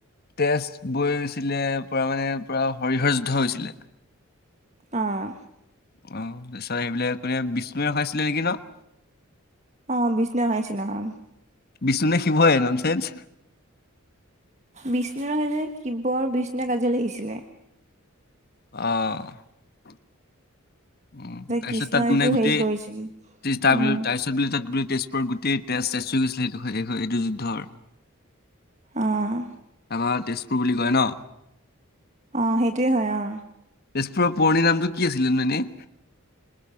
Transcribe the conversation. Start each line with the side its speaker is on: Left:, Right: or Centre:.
Left: তেজবৈছিলে তাৰ পৰা মানে পুৰা হৰিহৰ যুদ্ধ হৈছিলে?
Right: আহ
Left: অ তাৰপিছত সেইবোলে কোনে বিষ্ণুয়ে ৰখাইছিলে নেকি ন ।
Right: অ বিষ্ণুযে ৰখাইছিল অ।
Left: বিষ্ণু নে শিৱ হয় ননচেঞ্চ।
Right: বিষ্ণুযে ৰখাইছিল। শিৱযে বিষ্ণুযে কাজিয়া লাগিছিলে।
Left: অঁ উ তাৰপিছত
Right: কৃষ্ণইটো
Left: তাত মানে গোটেই
Right: হেৰি কৰিছিল
Left: তাৰ তাৰ
Right: উম
Left: পিছত বোলে তাত বোলে? তেজপুৰৰ গোটেই তেজ তেজ হৈ গৈছিলে সেইটো এইটো যুদ্ধৰ।
Right: অ'
Left: তাক দেচোন । বুলি গৈ ন।
Right: অ সেইটোয়ে হয় অ।
Left: তেজপুৰৰ পুৰণি নামটো কি আছিলেনো এনে?